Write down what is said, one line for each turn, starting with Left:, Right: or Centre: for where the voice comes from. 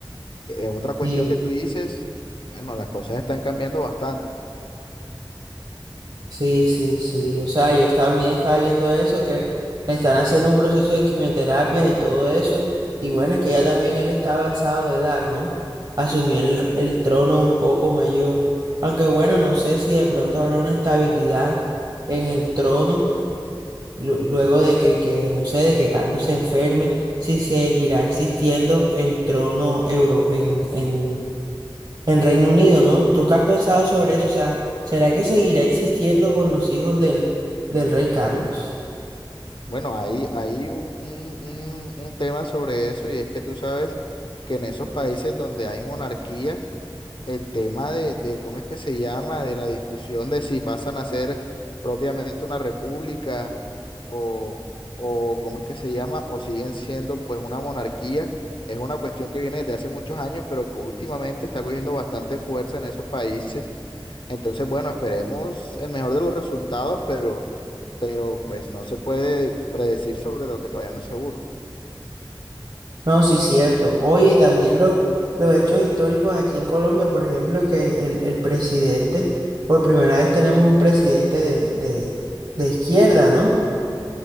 Left: Es otra cuestión
Right: sí
Left: que tú dices, bueno, las cosas están cambiando bastante.
Right: Sí, sí, sí. O sea, yo también estaba viendo eso, que le están haciendo un proceso de quimioterapia y todo eso. Y bueno, es que ya también él está avanzado de edad, ¿no? Asumió el, el trono un poco mayor. Aunque bueno, no sé si de pronto habrá una estabilidad en el trono, lu- luego de que, que, no sé, de que Carlos se enferme, si seguirá existiendo el trono euro en, en en Reino Unido, ¿no? ¿Tú qué has pensado sobre eso? O sea, ¿será que seguirá existiendo con los hijos del, del rey Carlos?
Left: Bueno, hay, hay un, un un- un tema sobre eso y es que tú sabes que en esos países donde hay monarquías, el tema de, de, ¿cómo es que se llama? De la discusión de si pasan a ser propiamente una república o, o ¿cómo es que se llama? O siguen siendo pues una monarquía. Es una cuestión que viene desde hace muchos años, pero que últimamente está cogiendo bastante fuerza en esos países. Entonces, bueno, esperemos el mejor de los resultados, pero, pero pues no se puede predecir sobre lo que todavía no es seguro.
Right: No, sí, cierto. Oye, y también los, los hechos históricos aquí en Colombia, por ejemplo, que el, el presidente, por primera vez tenemos un presidente de, de, de izquierda, ¿no?